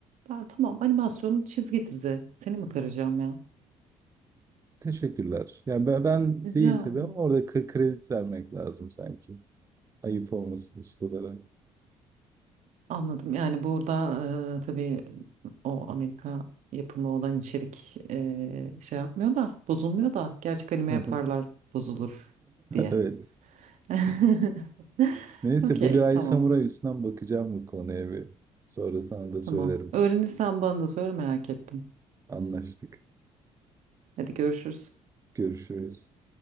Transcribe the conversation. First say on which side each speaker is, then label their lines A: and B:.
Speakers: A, on the right (about 65°); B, on the right (about 25°).
A: Ben, tamam animasyon çizgi dizi. Seni mi kıracağım ya?
B: Teşekkürler. Yani ben, ben
A: Güzel.
B: değil tabii ama orada kre- kredi vermek lazım sanki. Ayıp olmasın ustalara.
A: Anladım. Yani burada e, tabii o Amerika yapımı olan içerik e, şey yapmıyor da bozulmuyor da gerçek anime
B: <laughs>
A: yaparlar bozulur diye.
B: Evet.
A: <laughs>
B: Neyse
A: Okey,
B: Blue Eye
A: tamam.
B: Samurai üstünden bakacağım bu konuya bir. Sonra sana da
A: Tamam.
B: söylerim.
A: Öğrenirsen bana da söyle merak ettim.
B: Anlaştık.
A: Hadi görüşürüz.
B: Görüşürüz.